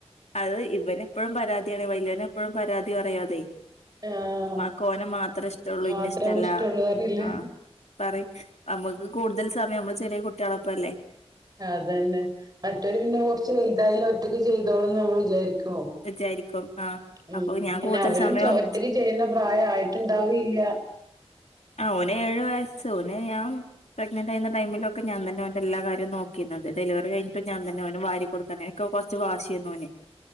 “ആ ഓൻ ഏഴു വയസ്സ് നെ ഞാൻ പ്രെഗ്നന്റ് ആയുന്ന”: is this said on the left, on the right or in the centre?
Left